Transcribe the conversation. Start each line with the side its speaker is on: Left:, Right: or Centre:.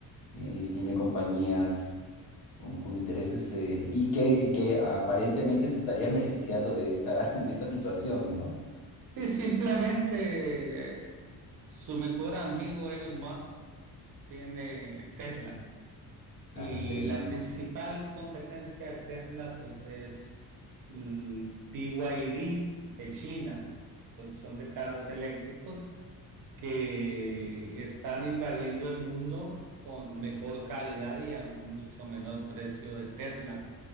Left: Él tiene compañías con, con intereses eh, y que, y que aparentemente se estarían <laughs> beneficiando de esta, <laughs> de esta situación, ¿no?
Right: Sí, simplemente eh, su mejor amigo Elon Musk tiene Tesla. Y
Left: Claro, Tesla.
Right: la
Left: y-
Right: principal competencia de Tesla, pues es el BYD de China, producción de carros eléctricos que están invadiendo el mundo con mejor calidad y a un mucho menor precio de Tesla.